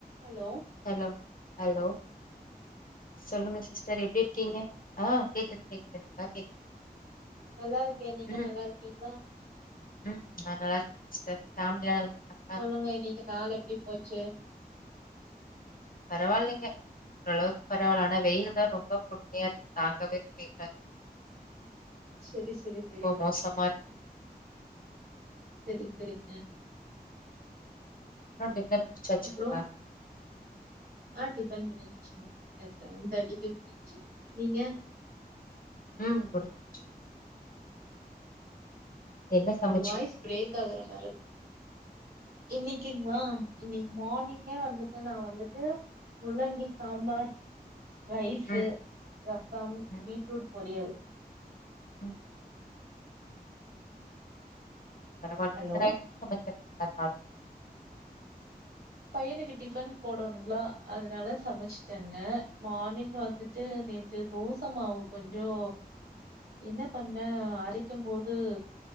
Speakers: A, on the right (about 75°); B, on the left (about 60°).
A: Allow
B: hello hello சொல்லுங்க sister எப்டி இருக்கீங்க ஆ கேக்குது கேக்குது நல்லா கேக்குது
A: நல்லாருக்கே நீங்க
B: ம்
A: நல்லாருக்கீங்ளா
B: ம் நா நல்லா இருக்கே சிஸ்டர் ஃபேமிலிலா நல்லா இருக்காங்களா
A: சொல்லுங்க இன்னக்கு நாள் எப்டி போச்சு
B: பரவால்லங்க ஓரளவுக்கு பரவால்லா வெயில் தா ரொம்ப கொடுமையா இருக்கு தாங்கவே முடில
A: செரி செரி செரி ஓகேங்க
B: மோசமா இருக்கு
A: செரி செரிங்க
B: அப்றோ டின்னர் முடிச்சாச்சுங்ளா
A: அப்றோ ஆ டிஃபன் முடிஞ்ச்சுங்க ஏ செவன் தேர்ட்டிக்கே முடிஞ்ச்சுங்க நீங்க
B: ம் முடிஞ்சி என்ன சமைச்சீங்க
A: வாய்ஸ் பிரேக் ஆகுற மாரிக்கு இன்னைக்குங் வா இன்னைக்கு மார்னிங்கே வந்துட்டு நா வந்துட்டு முள்ளங்கி சாம்பார் ரைஸு
B: ம்
A: ரசம்
B: ம்
A: பீட்ரூட் பொரியல்
B: ம் பரவால்ல
A: ஹலோ
B: இந்தன ஐடம் <unintelligible>
A: பையனுக்கு டிஃபன் போடனுுங்களா அதனால சமைச்சட்டங்க மார்னிங் வந்துட்டு நேத்து தோச மாவ் கொஞ்சோ என்ன பண்ண அரைக்கும்போது